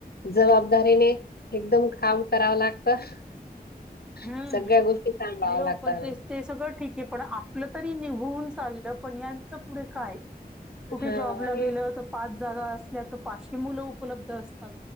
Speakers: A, on the left; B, in the centre.
A: जबाबदारीने एकदम काम करावं लागतं <inaudible> <inaudible>
B: हम्म.
A: सगळ्या गोष्टी सांभाळाव
B: नाही हो
A: लागतात
B: पण
A: ना
B: ते ते सगळं ठीक आहे पण आपलं तरी निघून चाललं पण यांचं पुढे काय? कुठे
A: हां.
B: जॉबला गेलं तर पाच जागा असल्या तर पाचशे मुलं उपलब्ध असतात